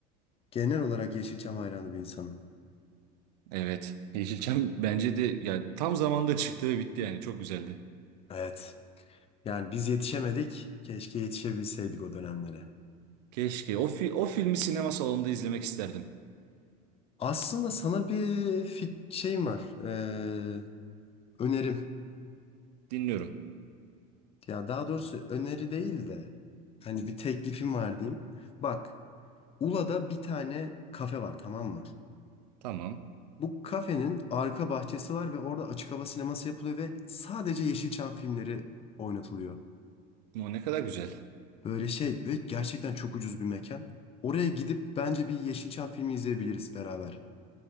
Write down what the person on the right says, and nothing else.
Evet. Yeşilçam bence de ya tam zamanda çıktı ve bitti yani çok güzeldi.
Keşke o fi o filmi sinema salonunda izlemek isterdim.
Dinliyorum.
Tamam.
O ne kadar güzel.